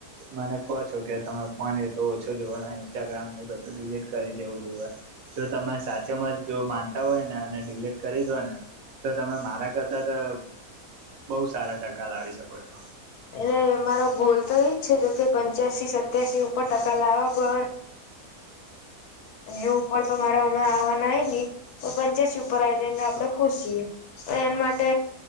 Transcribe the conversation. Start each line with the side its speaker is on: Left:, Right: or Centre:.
Right: મને કહો છો કે તમે ફોન એ તો ઓછો જોવને ઇન્સ્ટાગ્રામ એ બધું ડિલીટ કરી દેવું જોએ જો તમે સાચે મર જો માનતા હોય ને અને ડિલીટ કરી દો ને તો તમે મારા કરતાં તો બઉ સારા ટકા લાવી શકો <inaudible>
Left: એટલે અમારો ગોલ તો એજ છે જો કે પંચ્યાસી સત્યાસી ઉપર ટકા લાવવા પણ એ ઉપર તો મારે અમે આવવાનાય ને તો પંચ્યાસી ઉપર આવી જાય એલે આપડે ખુશ છીએ તો એના માટે